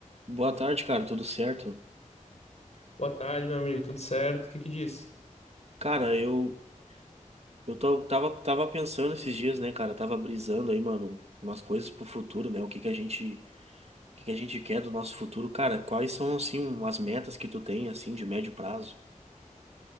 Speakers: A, on the right; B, on the left.
A: Boa tarde, cara, tudo certo?
B: Boa tarde, meu amigo, tudo certo? O que que diz?
A: Cara, eu eu tô- tava tava pensando esses dias, né, cara, tava brisando aí, mano, umas coisas pro futuro, né? O que que a gente o que que a gente quer do nosso futuro, cara? Quais são assim as metas que tu tem assim de médio prazo?